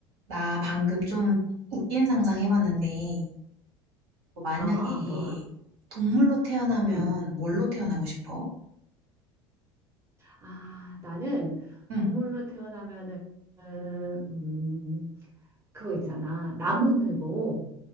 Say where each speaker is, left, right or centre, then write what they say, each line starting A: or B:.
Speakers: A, on the right (about 75°); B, on the right (about 20°).
A: 나 방금 좀 웃긴 상상 해봤는데, 너 만약에
B: 아, 뭐?
A: 동물로 태어나면
B: 응.
A: 뭘로 태어나고 싶어?
B: 아, 나는
A: 응.
B: 동물로 태어나면은 음, 그거 있잖아. 나무늘보.